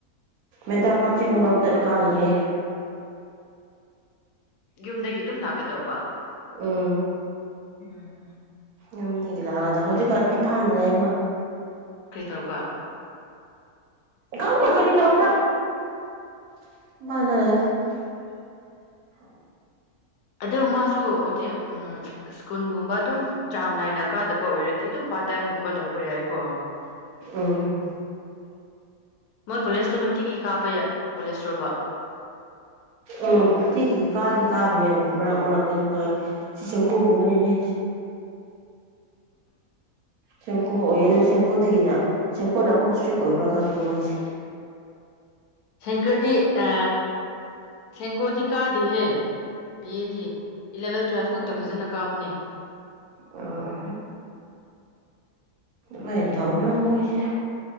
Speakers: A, on the right (about 75°); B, on the left (about 85°).
A: ꯃꯦꯟꯇ ꯀꯛꯆꯤꯡ ꯈꯨꯅꯧꯗꯀꯥꯒꯅꯦ
B: ꯌꯨꯝꯗꯒꯤ ꯑꯗꯨꯝ ꯂꯥꯛꯀꯗꯧꯕ
A: ꯎꯝ
B: ꯎꯝ
A: ꯌꯨꯝꯒꯤ ꯂꯥꯛꯑꯒꯗ ꯍꯧꯖꯤꯛꯀꯥꯟ ꯏꯝꯐꯥꯜꯗ ꯂꯩ ꯑꯃ
B: ꯀꯔꯤ ꯇꯧꯕꯥ
A: ꯀꯝ ꯀꯌꯥ ꯈꯔꯤ ꯇꯕ꯭ꯔ <inaudible>
B: ꯑꯗꯨ ꯃꯥꯁꯨ ꯑꯣꯇꯦꯛ ꯎꯝ ꯁ꯭ꯀꯨꯜꯒꯨꯝꯕ ꯑꯗꯨꯝ ꯆꯥꯡ ꯅꯥꯏꯅ ꯀꯥꯗꯕ ꯑꯣꯏꯔꯗꯤ ꯑꯗꯨꯝ ꯄꯥꯔꯠ ꯇꯥꯏꯝꯒꯨꯝꯕ ꯇꯧꯕ ꯌꯥꯏꯀꯣ
A: ꯑ
B: ꯃꯣꯏ ꯀꯣꯂꯦꯖꯇ ꯅꯨꯡꯇꯤꯒꯤ ꯀꯥꯕ ꯀꯣꯂꯦꯖꯔꯣꯕ
A: ꯎꯝ ꯇꯤꯈꯤ ꯀꯥꯗꯤ ꯀꯥꯕꯅꯦ ꯃꯔꯛ ꯃꯔꯛꯇꯁꯨ ꯁꯤꯁꯦꯝꯀꯨꯒꯨꯝꯕꯅꯤꯅꯦ ꯁꯦꯝꯄꯀꯨ ꯑꯣꯏꯌꯦ ꯑꯗꯨ ꯁꯦꯝꯄꯀꯨꯗꯒꯤꯅ ꯁꯦꯝꯄꯨꯅ ꯑꯃꯨꯛꯀ ꯏꯁꯇ꯭ꯔꯤꯛ ꯑꯣꯏꯕ꯭ꯔꯥ ꯈꯪꯅꯤꯦ ꯃꯣꯏꯁꯦ
B: ꯁꯦꯡꯀꯔꯗꯤ ꯑ ꯁꯦꯡꯀꯣꯗꯤ ꯀꯥꯗꯦꯍꯦ ꯕꯤꯗꯤ ꯏꯂꯦꯚꯦꯜ ꯇꯨꯋꯦꯜꯐ ꯈꯛꯇ
A: ꯎꯝ
B: ꯐꯖꯅ ꯀꯥꯕꯅꯦ
A: ꯑꯥ ꯃꯥꯏꯅ ꯇꯧꯕꯔꯥ ꯃꯣꯏꯁꯦ